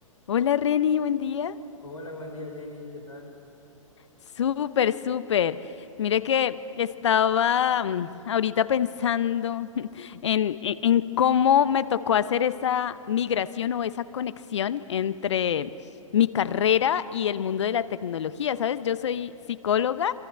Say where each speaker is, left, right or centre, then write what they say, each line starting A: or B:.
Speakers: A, on the left; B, on the left.
A: Hola Reni, buen día.
B: Hola, buen día Jenny, ¿qué tal?
A: Súper, súper. Mire que estaba mm, ahorita pensando <laughs> en, en- en cómo me tocó hacer esa migración o esa conexión entre mi carrera y el mundo de la tecnología. ¿Sabes? Yo soy psicóloga